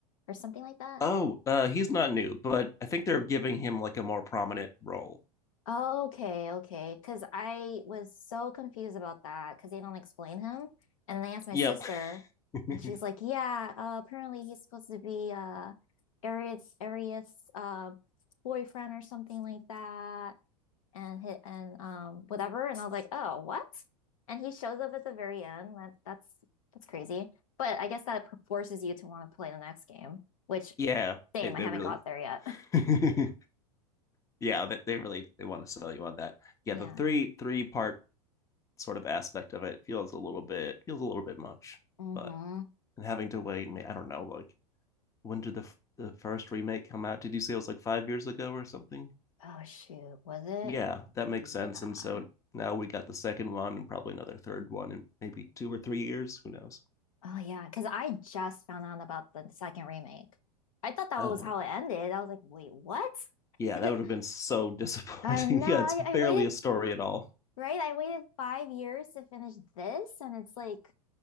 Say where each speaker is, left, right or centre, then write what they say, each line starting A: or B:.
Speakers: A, on the left; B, on the left.
A: Or something like that.
B: Oh, uh, he's not new, but I think they're giving him like a more prominent role.
A: Okay, okay. Because I was so confused about that because they don't explain him. And then I asked my
B: Yep.
A: sister,
B: <laughs>
A: and she's like, "Yeah, uh, apparently he's supposed to be uh Arius Arius uh boyfriend or something like that." and hit and um whatever. And I was like, oh, what? And he shows up at the very end. That that's that's crazy. But I guess that forces you to want to play the next game, which
B: Yeah,
A: same,
B: they they
A: I haven't
B: really
A: got there yet.
B: <laughs> yeah, that they, they really they want to sell you on that. Yeah,
A: <laughs>
B: the
A: yeah.
B: three three part sort of aspect of it feels a little bit feels a little bit much,
A: Mm-hmm.
B: but having to wait and I don't know, like when did the the first remake come out? Did you say it was like five years ago or something?
A: Oh shoot, was it?
B: Yeah, that makes
A: Yeah.
B: sense. And so now we got the second one and probably another third one in maybe two or three years. Who knows?
A: Oh yeah, because I just found out about the second remake. I thought that
B: Oh
A: was how
B: yeah,
A: it ended. I was like, wait, what?
B: yeah,
A: <laughs>
B: that would have been so disappointing.
A: I know.
B: <laughs> yeah,
A: I,
B: it's barely
A: I waited,
B: a story at all.
A: right? I waited five years to finish this, and it's like